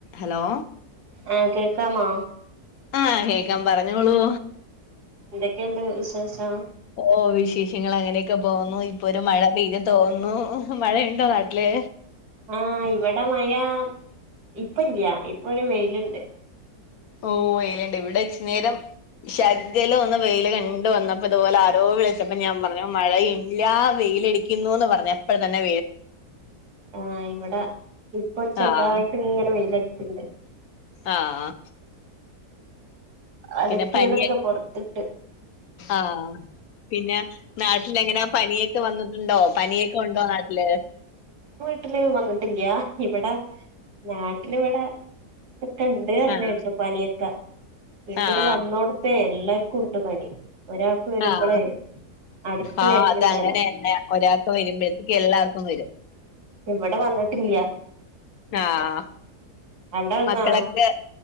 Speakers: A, on the left (about 70°); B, on the right (about 85°).
A: Hello
B: ആ കേക്കാമോ
A: ആ കേക്കാം പറഞ്ഞോളൂ
B: എന്തൊക്കെണ്ട് വിശേഷം
A: ഓ വിശേഷങ്ങൾ അങ്ങനെയൊക്കെ പോവുന്നു ഇപ്പൊ ഒരു മഴ പെയ്ത് തോന്നുന്നു ഹലോ മഴയണ്ടോ നാട്ടില്?
B: ആഇവിടെ മയാ. ഇപ്പല്ല്യ ഇപ്പൊ ഒരു വെയില്ണ്ട്.
A: ഓഹ് ഏ ഇവിടെയിണ്ട് ഇവിടെ ഇച്ച് നേരം ശദ്യ <unintelligible> ല്ഒന്ന് വെയില് കണ്ട് വന്നപ്പോ ഇതുപോലെ ആരോ വിളിച്ചപ്പോ ഞാൻ പറഞ്ഞു മഴയില്ലാ വെ - വെ യിലടിക്കുന്നുന്ന് പറഞ്ഞ എപ്പഴ തന്നെ
B: ആ ഇവിടെ ഇപ്പൊ ചെറുതായിട്ട്
A: ആഹ്
B: ഇങ്ങനെ വെയിലടിക്ക്ണ്ട്.
A: ആഹ്
B: അലക്കിയതൊക്കെ
A: പിന്നെ പനിയ
B: പൊറത്തിട്ട്
A: ആഹ് പിന്നെ നാട്ടില എങ്ങനെ? പനിയൊക്കെ വന്നിട്ടുണ്ടോ? പനിയൊക്കെ ഉണ്ടോ നാട്ടില്?
B: നാട്ടിലാരും വന്നിട്ടില്ല. ഇവിടെ നാട്ടിലിവിടെ ഇതൊക്കെണ്ട് അറിഞ്ഞേട്ടു
A: ആഹ്
B: പനിയൊക്കെ വീട്ടില്
A: ആഹ്
B: വന്നോടുത്തേ എല്ലാർക്കും ഉണ്ട് പനി. ഒരാൾക്ക് വരുമ്പ
A: ആഹ്
B: ളേ അടക്കി
A: ആഹ്
B: വരണ്
A: അതങ്ങനെന്നെ
B: ണ്ടേല?
A: ഒരാൾക്ക് വരുമ്പോഴത്തേക്ക് എല്ലാവർക്കും വരും
B: ഇവിടെ വന്നിട്ട്ല്ല്യാ.
A: ആഹ
B: അവിടെ വന്നാ
A: മക്കളൊക്കെ